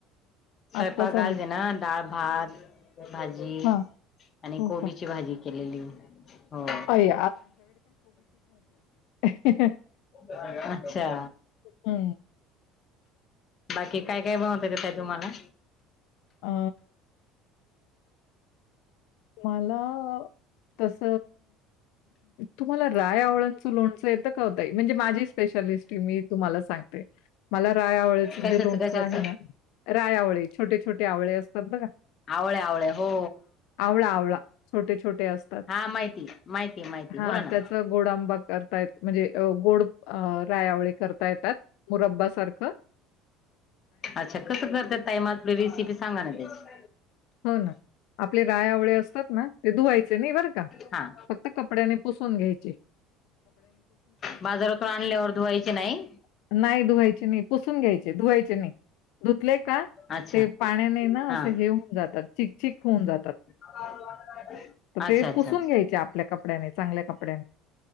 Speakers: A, on the left; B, on the left.
A: स्वयंपाक
B: आत्ता चालू
A: गाज दे आहे ना डाळ भात भाजी
B: हा
A: आणि
B: हो
A: कोबीची
B: का
A: भाजी केलेली हो
B: आई ह
A: अच्छा
B: हम्म
A: बाकी काय काय बनवत येतं ताई तुम्हाला?
B: अ मला तस तुम्हाला रायआवळांचं लोणचं येतं का ओ ताई? म्हणजे माझी स्पेशालिस्टी मी तुम्हाला सांग मला राय आवळेच
A: कशाच
B: जे लोनचं
A: कशाच
B: आहे ना रायआवळी छोटे छोटे आवळे असतात बघा
A: आवळ, आवळ हो
B: आवळा, आवळा छोटे-छोटे असतात.
A: हा माहिती, माहिती आहे माहिती
B: हां,
A: बोला ना
B: त्याचा गोड आंबा करतायत म्हणजे गोड अ रायावळी करता येतात मुरब्ब सारखं
A: अच्छा कसं करता ताई? आप रेसिपी सांगा ना त्याची
B: हो ना आपले रायावळे असतात ना ते धुवायचे नाही बर का
A: हा
B: फक्त कपड्यानी पुसून घ्यायची
A: बाजारातून आणल्यावर धुऊ नाही
B: नाही धुवायचे नाही पुसून घ्यायचे धुवायचे नाही. धुतले का
A: अच्छा
B: ते पाण्याने ना
A: हा
B: असं हे होऊन जातात चिकचिक होऊन जातात.
A: <unintelligible>
B: तर
A: अच्छा
B: ते
A: अच्छा
B: पुसून
A: अच्छा
B: घ्यायचे आपल्या कपड्याने चांगल्या कपड्याने